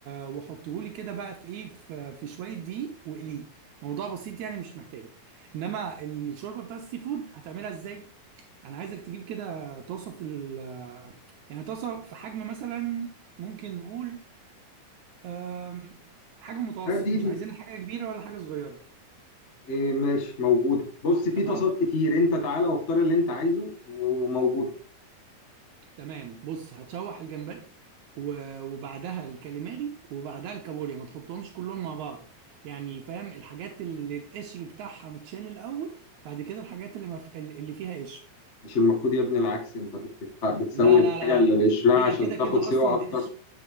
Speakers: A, on the right (about 75°); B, on the left (about 40°).
A: وحطه لي كده بقى في ايه في, في شويه دقيق واقليه موضوع بسيط يعني مش محتاج انما الشوربه بتاع السي فود هتعملها ازاي انا عايزك تجيب كده طاسه في ال يعني طاسه في حجم مثلا ممكن نقول آم، حجم متوسط
B: هات دي
A: مش
B: دي
A: عايزين حاجه كبيره ولا حاجه صغيره
B: إيه ماشي موجودة بص في
A: تمام
B: طاسات كتير انت تعالى واختار اللي انت عايزه وموجود
A: تمام بص هتشوح الجمبري و- وبعدها الكاليماري وبعدها الكابوريا ما تحطهمش كلهم مع بعض يعني فاهم الحاجات اللي القشر بتاعها متشال الاول بعد كده الحاجات اللي مف... اللي فيها قشر
B: مش المفروض يا ابني العكس انت بت- بتح- بتسوي
A: لا
B: الحاجة
A: لا لا لا
B: اللي بقشرها
A: هي
B: عشان
A: كده كده
B: تاخد سوا
A: اصلا
B: اكتر
A: القشر